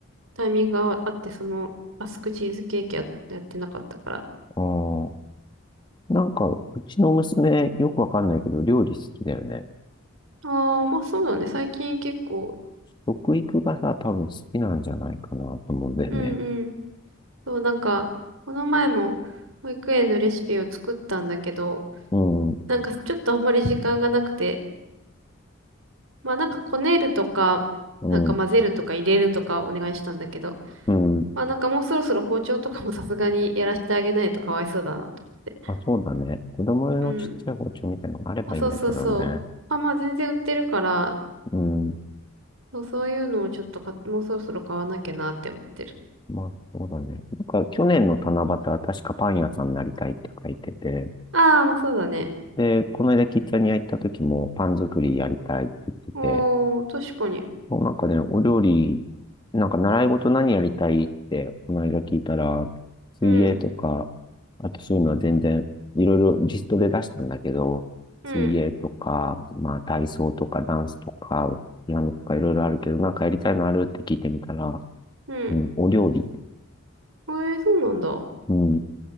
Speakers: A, on the right; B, on the left.
A: タイミングがあって、そのアスクチーズケーキや、やってなかったから。
B: ああ。なんか、うちの娘、よくわかんないけど、料理好きだよね。
A: ああ、まあそうだね。最近結構、
B: 食育がさ、多分好きなんじゃないかなと思うんだよね。
A: うんうん。そう、なんか、この前も保育園のレシピを作ったんだけど、
B: うん。
A: なんかちょっとあんまり時間がなくて、まあなんかこねるとか、
B: うん。
A: なんか混ぜるとか入れるとかお願いしたんだけど、
B: うん。
A: まあなんかもうそろそろ包丁とかもさすがにやらせてあげないとかわいそうだなと思って。
B: あ、そうだね。子供用のちっちゃい包丁みたいなのがあればいいんだけどね。
A: うん。まあ、そうそうそう。あ、まあ全然売ってるから、
B: うん。
A: そう、そういうのをちょっと買って、もうそろそろ買わなきゃなって思ってる。
B: まあ、そうだね。なんか、去年の七夕は確かパン屋さんになりたいって書いてて、
A: ああ、まあそうだね。
B: で、この間キッザニア行った時もパン作りやりたいって言ってて、
A: おー、確かに。
B: もうなんかね、お料理、なんか習い事何やりたいって、この間聞いたら、水泳とか、
A: うん、
B: あとそういうのは全然、いろいろリストで出したんだけど、
A: うん、
B: 水泳とか、まあ体操とかダンスとか、ピアノとかいろいろあるけど、なんかやりたいのあるって聞いてみたら、
A: うん。
B: うん、お料理、
A: えー、そうなんだ。
B: うん、